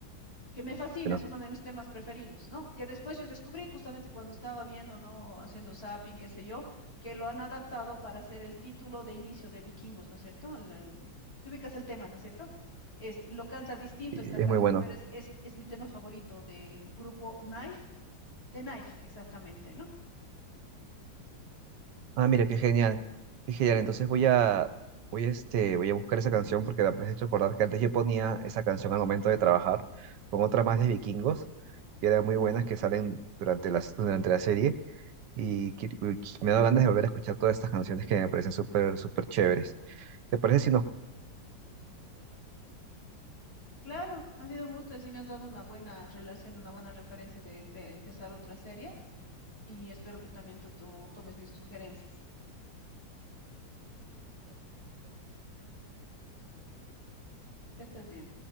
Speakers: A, on the left; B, on the right.
A: que me fascina,
B: Pero,
A: es uno de mis temas preferidos, ¿no? Que después yo descubrí justamente cuando estaba viendo, ¿no? Haciendo zapping, qué sé yo, que lo han adaptado para hacer el título de inicio de Vikingos, ¿no es cierto? El- el- te ubicas el tema, ¿no es cierto? Es, y lo canta distinto
B: eh,
A: esta canta,
B: es muy bueno.
A: pero es, es, es mi tema favorito del grupo Knife, de Knife, exactamente, ¿no?
B: Ah, mira, qué genial. Qué genial. Entonces voy a, voy a, este, voy a buscar esa canción porque me has hecho acordar que antes yo ponía esa canción al momento de trabajar con otras más de vikingos, que eran muy buenas, que salen durante las, durante la serie. Y qui- uy, qui- me da ganas de volver a escuchar todas estas canciones que me parecen súper, súper chéveres. ¿Te parece
A: Claro, ha sido un gusto, así me has dado una buena relación, una buena referencia de pe- empezar otra serie y espero que también tú, tú tomes mis sugerencias. Que estés bien.